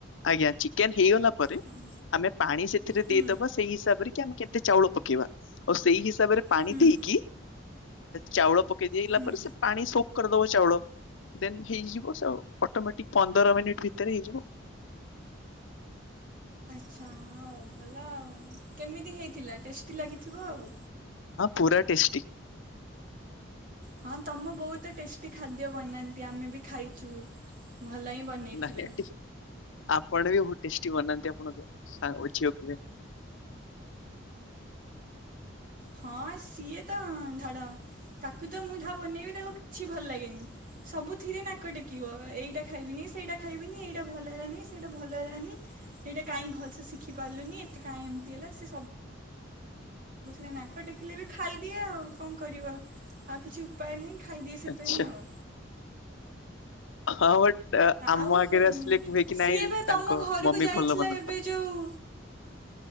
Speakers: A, on the left (about 75°); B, on the right (about 40°).
A: ଆଜ୍ଞା ଚିକେନ୍ ହେଇଗଲା ପରେ
B: ହଁ
A: ଆମେ ପାଣି ସେ ସେଥିରେ
B: ହୁଁ
A: ଦେଇଦବା ସେଇ ହିସାବରେ କି ଆମେ କେତେ ଚାଉଳ ପକେଇବା। ଆଉ ସେଇ ହିସାବରେ ପାଣି
B: ହୁଁ
A: ଦେଇକି ଚାଉଳ ପକେଇ ଦେଇଲା
B: ହୁଁ
A: ପରେ ସେ ପାଣି ସୋକ୍ କରିଦବ ଚାଉଳ। ଦେନ୍ ହେଇଯିବ ସେ ଆଉ। ଅଟୋମେଟିକ ପନ୍ଦର ମିନିଟ୍ ଭିତରେ ହେଇଯିବ।
B: ହଉ ଭଲ ଆଉ। କେମିତି ହେଇଥିଲା ଟେଷ୍ଟି ଲାଗିଥିବ ଆଉ।
A: ପୁରା ଟେଷ୍ଟି।
B: ହଁ ତମ ବୋଉ ତ ଟେଷ୍ ଟେଷ୍ଟି ଖାଦ୍ୟ ବନାନ୍ତି, ଆମେ ବି ଖାଇଛୁ ଭଲ ହିଁ ବନେଇଥିବେ।
A: ନାଇଁ ଆଣ୍ଟି ଆପଣ ବି ବହୁତ ଟେଷ୍ଟି ବନାନ୍ତି ଆପଣଙ୍କ ସାନ ଝିଅ କୁହେ।
B: ହଁ ସିଏ ତ ଧାଡ। ତାକୁ ତ ମୁଁ ଯାହା ବନେଇବି ତାକୁ କିଛି ଭଲ ଲାଗେନି। ସବୁଥିରେ ନାକ ଟେକିବ। ଏଇଟା ଖାଇବିନି, ସେଇଟା ଖାଇବିନି, ଏଇଟା ଭଲ ହେଲାନି, ସେଇଟା ଭଲ ହେଲାନି। ଏଇଟା କାହିଁ ଭଲସେ ଶିଖି ପାରିଲୁନି ଏତେ କାଇଁ ଏମିତି ହେଲା ସେ ସବୁ ସବୁଥିରେ ନାକ ଟେକିଲେ ବି ଖାଇଦିଏ ଆଉ କଣ କରିବ ଆଉ କିଛି ଉ ଉପାୟ ନାହିଁ ଖାଇଦିଏ ସେଥିପାଇଁ
A: ଆଚ୍ଛା
B: ଆଉ।
A: ହଁ ବଟ୍ ଆମ
B: ଆଉ
A: ଆଗରେ ଆସିଲେ କୁହେ କି
B: ସିଏ
A: ନାଇଁ
B: ବା ତମ
A: ତାଙ୍କ
B: ଘରକୁ
A: ମମ୍ମି
B: ଯାଇଥିଲା
A: ଭଲ ବନାନ୍ତି।
B: ଏବେ ଯୋଉ